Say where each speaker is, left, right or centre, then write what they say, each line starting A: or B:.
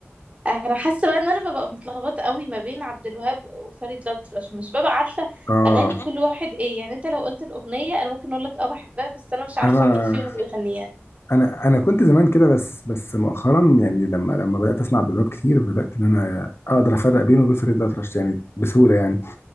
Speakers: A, on the right; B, on the left.
A: انا حاسه بقى ان انا ببقى متلخبطه قوي ما بين عبد الوهاب وفريد الأطرش مش ببقى عارفه
B: اه
A: اغاني كل واحد ايه يعني انت لو قلت الاغنيه انا ممكن اقول لك اه بحبها بس انا مش عارفه
B: أنا أنا
A: مين فيهم اللي بيغنيها
B: أنا أنا كنت زمان كده بس بس مؤخرا يعني لما لما بدأت أسمع عبد الوهاب كتير بدأت إن أنا أقدر أفرق بينه وبين فريد الأطرش يعني بسهولة يعني هو